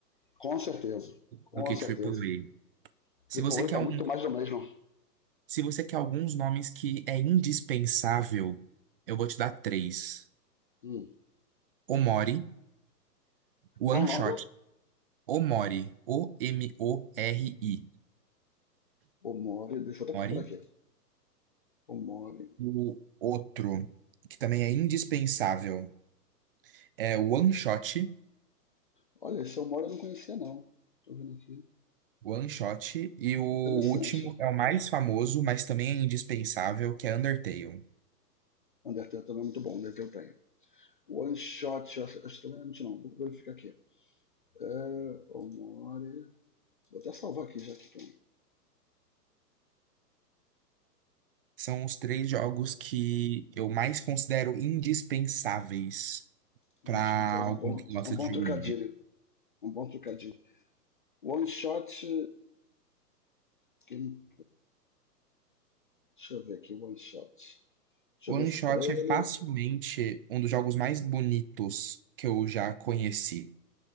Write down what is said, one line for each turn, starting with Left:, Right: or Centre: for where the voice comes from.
Left: com certeza, com
Right: do que
Left: certeza.
Right: triple A Se
Left: Triple
Right: você
Left: A
Right: quer
Left: tá
Right: um,
Left: muito mais do mesmo.
Right: se você quer alguns nomes que é indispensável, eu vou te dar três.
Left: Hum.
Right: Omori, One
Left: Qual o
Right: Shot,
Left: nome?
Right: Omori, O M O R I.
Left: Omori, deixa eu até
Right: O-M-O-R-I.
Left: procurar aqui. Omori.
Right: O outro, que também é indispensável, é o One Shot.
Left: Olha, esse Omori eu não conhecia, não. Tô vendo aqui.
Right: One Shot. E o último
Left: Interessante.
Right: é o mais famoso, mas também é indispensável, que é Undertale.
Left: Undertale também é muito bom, Undertale tem. One Shot, eu acho eu acho que também é antes não, vou verificar aqui. É, Omori. Vou até salvar aqui já aqui pra
Right: São os três jogos que eu mais considero indispensáveis
Left: não
Right: para
Left: descansar.
Right: alguém
Left: É um bom,
Right: que gosta
Left: é um bom
Right: de jogo
Left: trocadilho.
Right: indie.
Left: É um bom trocadilho. One shot. Quem, deixa eu ver aqui, one shot. Deixa
Right: O
Left: eu ver
Right: One
Left: esse
Right: Shot
Left: trailer.
Right: é facilmente um dos jogos mais bonitos que eu já conheci.